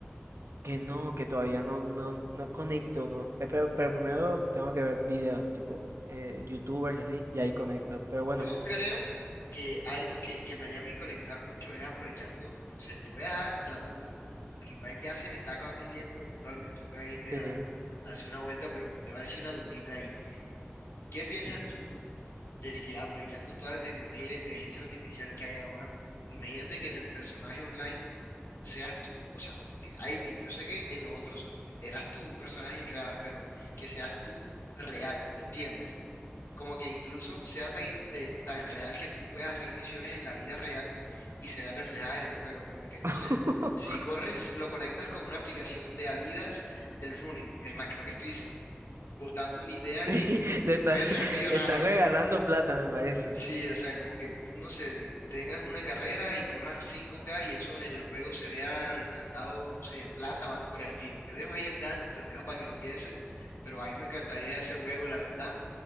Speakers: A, on the right (about 85°); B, on the left (about 75°).
A: que no, que todavía no, no, no conecto, no. Eh, Pero, pero primero tengo que ver videos, tipo eh, YouTubers y así, y ahí conecto. Pero bueno,
B: Yo creo que algo que, que me haría a mí conectar mucho es aprovechando, o no sé, te voy a dejar la duda. Porque igual ya se me está acabando el tiempo, papi, me toca irme
A: sí.
B: a, a hacer una vuelta, pero te voy a decir una dudita ahí. ¿Qué piensas tú de que aprovechando toda la tecnología y la inteligencia artificial que hay ahora, imagínate que en el personaje online seas tú, o sea, como que, I mean, yo sé que en los otros eras tú un personaje que creabas, pero que seas tú real, ¿me entiendes? Como que incluso sea tan, in- te- tan real que tú puedas hacer misiones en la vida real y se vean reflejadas en el juego. Como que, no
A: <laughs>
B: sé, si corres, lo conectas con una aplicación de Adidas del running. Es más, creo que estoy s- botando una idea
A: <laughs>
B: que
A: Le está,
B: puede ser
A: <laughs>
B: millonaria.
A: está regalando plata, me parece.
B: Sí, o sea, como que tú, no sé, de- tengas una carrera y corras cinco k y eso en el juego se vea representado, no sé, plata o algo por el estilo. Yo dejo ahí el dato y te lo dejo para que lo pienses, pero a mí me encantaría ese juego, la verdad,